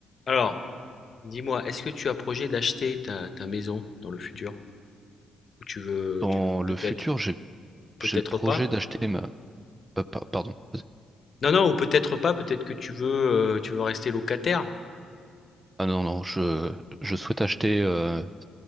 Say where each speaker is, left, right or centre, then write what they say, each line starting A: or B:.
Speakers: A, on the left (about 50°); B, on the right (about 20°).
A: Alors, dis-moi, est-ce que tu as projet d'acheter ta, ta maison dans le futur? Ou tu veux,
B: Dans
A: tu veux
B: le
A: peut-être,
B: futur, j'ai
A: peut-être
B: j'ai le projet
A: pas?
B: d'acheter ma euh, pa- pardon. Vas-y.
A: Non, non, ou peut-être pas, peut-être que tu veux, euh, tu veux rester locataire.
B: Ah non non, je je souhaite acheter euh,